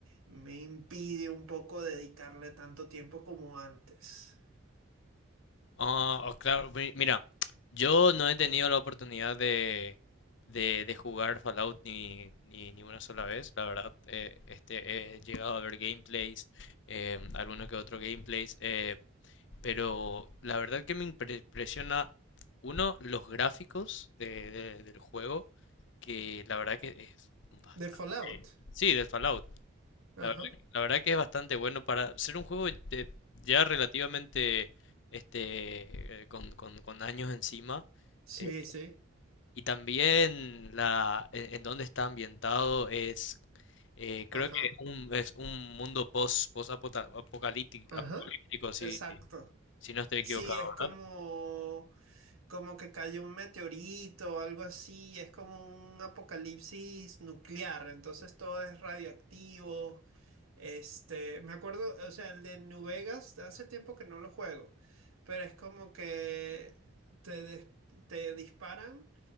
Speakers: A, on the right; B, on the left.
A: me impide un poco dedicarle tanto tiempo como antes.
B: Ah, oh, claro, mi- mira, yo no he tenido la oportunidad de, de, de jugar Fallout ni, ni, ni una sola vez, la verdad. eh, este, he llegado a ver gameplays, eh, alguno que otro gameplays, eh, pero la verdad que me impre- impresiona, uno, los gráficos de, de- del juego, que la verdad que es bastante...
A: De Fallout.
B: Sí, del Fallout.
A: Ajá.
B: La verdad, que la verdad que es bastante bueno para ser un juego de- ya relativamente este eh, con, con- con años encima.
A: Sí,
B: eh,
A: sí,
B: y también la en, en dónde está ambientado es eh, creo
A: ajá,
B: que es un, es un mundo post, post apocalíptico,
A: ajá,
B: apocalíptico si,
A: exacto.
B: si no estoy equivocado,
A: Sí, es como,
B: ¿verdad?
A: como que cae un meteorito o algo así, es como un apocalipsis nuclear, entonces todo es radioactivo. Este, me acuerdo, o sea, el de New Vegas, hace tiempo que no lo juego, pero es como que te, des- te disparan